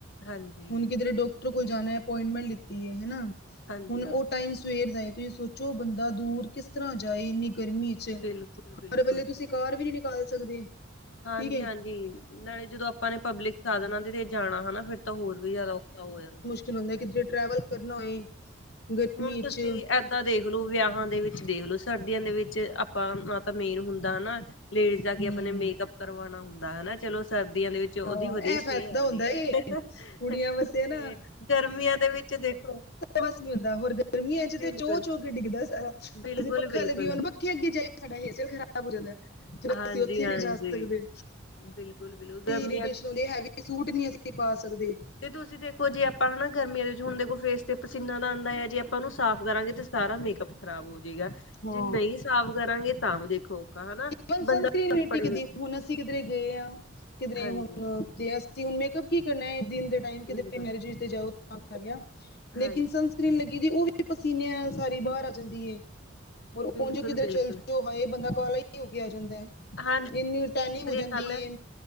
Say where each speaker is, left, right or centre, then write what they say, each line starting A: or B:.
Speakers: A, on the left; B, on the left.
A: ਹਾਂਜੀ,
B: ਹੁਣ ਕਿਧਰੇ ਡੋਕ ਟਰ ਕੋਲ ਜਾਣਾ ਅਪੋਇੰਟਮੈਂਟ ਲਿਤੀ ਐ ਹਨਾਂ,
A: ਹਾਂਜੀ
B: ਹੁਣ ਉਹ
A: ਹਾਂ,
B: ਟਾਈਮ ਸਵੇਰ ਦਾ ਏ ਤੁਸੀਂ ਸੋ ਚੋ ਬੰਦਾ ਦੂਰ ਕਿਸ ਤਰ੍ਹਾਂ ਜਾਏ ਇੰਨੀ ਗਰਮੀ ਇਚ
A: ਬਿਲਕੁਲ-ਬਿਲਕੁਲ
B: ਹਰ ਵੇਲੇ ਤੁਸੀਂ ਕਾਰ ਵੀ ਨੀ ਕਾਲ ਸਕਦੇ।
A: ਹਾਂਜੀ
B: ਠੀਕ ਹੈ
A: ਹਾਂਜੀ, ਨਾਲੇ ਜਦੋਂ ਆਪਾਂ ਨੇ ਪਬਲਿਕ ਸਾਧਨਾਂ ਦੇ ਤੇ ਜਾਣਾ ਹਨਾ ਫਿਰ ਤਾਂ ਹੋਰ ਵੀ ਜ਼ਿਆਦਾ ਔਖਾ ਹੋ ਜਾਂਦਾ।
B: ਚਲੋ ਜੇ ਕਿਧਰੇ ਟਰੈਵਲ ਕਰਨਾ ਹੋਏ। ਗਰਮੀ
A: ਹੁਣ ਤੁਸੀਂ
B: ਚ
A: ਏਦਾਂ ਦੇਖ ਲਓ ਵਿਆਹਾਂ ਦੇ ਵਿੱਚ ਦੇਖਲੋ ਸਰਦੀਆਂ ਦੇ ਵਿੱਚ ਆਪਾਂ ਅ ਤਾਂ ਮੇਨ ਹੁੰਦਾ ਹਨਾਂ ਲੇਡੀਜ਼ ਜਾ ਕੇ
B: ਹਮ
A: ਆਪਣੇ ਮੇਕਅਪ ਕਰਵਾਣਾ ਹੁੰਦਾ ਹਨਾਂ। ਚਲੋ ਸਰਦੀਆਂ ਦੇ ਵਿੱਚ ਉਹਦੀ
B: ਹਾਂ
A: ਵਧੀਆ
B: ਇਹ
A: ਸਟੇਅ
B: ਫਾਇਦਾ
A: ਹੋ ਜਾਂਦੀ
B: ਹੁੰਦਾ
A: ਹੈ
B: ਏ ਕੁੜੀਆਂ
A: ਤੇ
B: ਵਸੇ ਨਾ
A: ਗਰਮੀਆਂ ਦੇ ਵਿੱਚ ਦੇਖੋ
B: ਬਸ ਨੀ ਹੁੰਦਾ ਹੋਰ ਗਰਮੀਆਂ 'ਚ ਤੇ
A: ਬਿਲਕੁਲ
B: ਚੋਅਹ ਚੋਹ ਕੇ ਡਿੱਗਦਾ ਸਾਰਾ
A: ਬਿਲਕੁਲ
B: ਅਸੀਂ ਪੱਖਾ
A: ਬਿਲਕੁਲ
B: ਲਭੀਏ ਵੀ ਪੱਖੇ ਅੱਗੇ ਜਾਈਏ ਤੇ ਸਾਡਾ ਹੇਅਰ ਸਟਾਈਲ ਖਰਾਬ ਹੋ ਜਾਂਦਾ ਫਿਰ ਅਸੀਂ
A: ਹਾਂਜੀ
B: ਉੱਥੇ
A: ਹਾਂਜੀ
B: ਨਹੀਂ ਜਾ ਸਕਦੇ
A: ਬਿਲਕੁਲ ਬਿਲ ਗ <unintelligible>
B: ਇਰਿਟੇਸ਼ਨ ਹੁੰਦੀ ਹੈਵੀ ਸੂਟ ਨੀ ਅਸੀਂ ਪਾ ਸਕਦੇ।
A: ਤੇ ਤੁਸੀਂ ਦੇਖੋ ਜੇ ਆਪਾਂ ਹਨਾ ਗਰਮੀਆਂ ਦੇ ਵਿੱਚ ਹੁਣ ਦੇਖੋ ਫੇਸ ਤੇ ਪਸੀਨਾ ਦਾ ਆਉਂਦਾ ਹੈ ਜੇ ਆਪਾਂ ਨੂੰ ਸਾਫ਼ ਜੇ ਕਰਾਂਗੇ ਤੇ ਸਾਰਾ ਮੇਕਅਪ ਖਰਾਬ ਹੋ ਜਾਏਗਾ।
B: ਹਾਂ
A: ਜੇ ਨਹੀਂ ਸਾਫ਼ ਕਰਾਂਗੇ ਤਾਂ ਵੀ ਦੇਖੋ ਔਖਾ ਹਨਾ।
B: ਹੁਣ ਸਨਸਕ੍ਰੀਨ
A: ਬੰਦਾ ਕੱਪੜੇ
B: ਵੀ ਨਹੀਂ ਟਿਕਦੀ! ਹੁਣ ਅਸੀਂ ਕਿਧਰੇ ਗਏ ਹਾਂ ਕਿਧਰੇ
A: ਹਾਂਜੀ
B: ਹੁਣ ਤੇ ਅਸੀਂ ਹੁਣ ਮੇਕਪ ਕੀ ਕਰਨਾ ਦਿਨ ਦੇ ਟੈਮ ਕਿਤੇ
A: ਬਿਲਕੁਲ
B: ਮੈਰਿਜ ਜਾਓ ਤਾਂ ਕਰ ਲਿਆ ਲੇਕਿਨ
A: ਹਾਂਜੀ
B: ਸਨ ਸਨਸਕਰੀਨ ਲੱਗੀ ਉਹ ਵੀ ਪਸੀਨੇ ਨਾਲ ਸਾਰੀ ਬਾਹਰ ਆ ਜਾਂਦੀ ਏ। ਔਰ
A: ਬਿਲਕੁਲ
B: ਉਂਝ ਕਿਧਰੇ
A: ਬਿਲਕੁਲ
B: ਚੱਲ ਜਾਓ! ਹਾਏ ਬੰਦਾ ਕਾਲਾ ਹੀ ਹੋ ਕੇ ਆ ਜਾਂਦਾ
A: ਹਾਂਜੀ
B: ਇੰਨੀ ਟੈਨਿੰਗ
A: ਸ੍ਰੀ
B: ਹੋ ਜਾਂਦੀ
A: ਕੱਲ
B: ਏ।